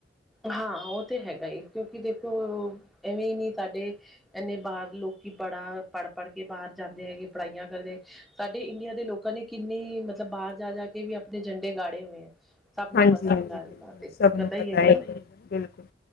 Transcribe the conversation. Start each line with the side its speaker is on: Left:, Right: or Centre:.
Centre: ਹਾਂ, ਉਹ ਤੇ ਹੈਗਾ ਈ ਕਿਉਂਕਿ ਦੇਖੋ ਐਵੇਂ ਈ ਨਹੀਂ ਸਾਡੇ ਇਨੇ ਬਾਹਰ ਲੋਕੀ ਪੜ੍ਹਾ ਪੜ੍ਹ-ਪੜ੍ਹ ਕੇ ਬਾਹਰ ਜਾਂਦੇ ਹੈਗੇ, ਪੜ੍ਹਾਈਆਂ ਕਰਦੇ। ਸਾਡੇ ਇੰਡੀਆ ਦੇ ਲੋਕਾਂ ਨੇ ਕਿੰਨੀ ਮਤਲਬ ਬਾਹਰ ਜਾ-ਜਾ ਕੇ ਵੀ ਆਪਣੇ ਝੰਡੇ ਗਾੜੇ ਹੋਏ ਐ। ਸਭ ਨੂੰ
Left: ਹਾਂਜੀ-ਹਾਂਜੀ
Centre: ਪਤਾ ਐ ਗੱਲ
Left: ਬਿਲਕੁਲ
Centre: ਦਾ ਦੇਖੋ
Left: ਸਭ ਨੂੰ
Centre: ਪਤਾ ਹੀ ਹੈਗਾ
Left: ਹੈ
Centre: ਨਾ।
Left: ਬਿਲਕੁਲ।